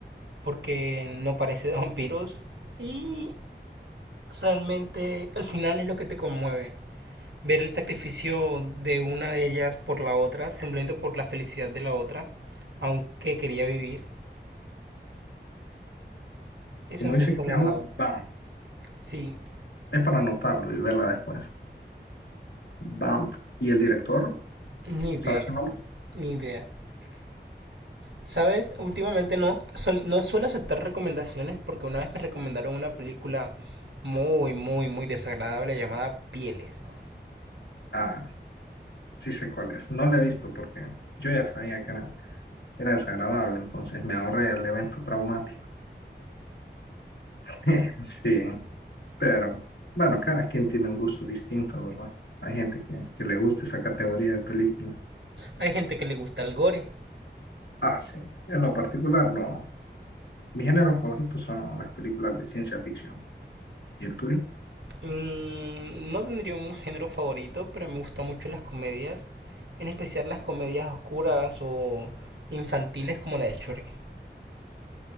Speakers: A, on the right; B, on the left.
A: porque no parece de vampiros y realmente el final es lo que te conmueve. Ver el sacrificio de una de ellas por la otra, simplemente por la felicidad de la otra, aunque quería vivir. Eso
B: Como
A: es
B: dices
A: muy conmovedor.
B: que llama Bam,
A: Sí,
B: es para anotarlo y verla después. Bam, ¿y el director?
A: ni idea,
B: ¿Sabes el nombre?
A: ni idea. Sabes, últimamente no, sol- no suelo aceptar recomendaciones porque una vez me recomendaron una película muy, muy, muy desagradable llamada Pieles.
B: Ah, Sí sé cuál es. No la he visto porque yo ya sabía que era, era desagradable, entonces me ahorré el evento traumático. <laughs> Sí, pero bueno, cada quien tiene un gusto distinto, ¿verdad? Hay gente que, que le gusta esa categoría de película.
A: Hay gente que le gusta el gore.
B: Ah, sí. En lo particular, no. Mis géneros favoritos son las películas de ciencia ficción. ¿Y el tuyo?
A: Mm, no tendría un género favorito, pero me gustan mucho las comedias, en especial las comedias oscuras o infantiles como la de Shrek.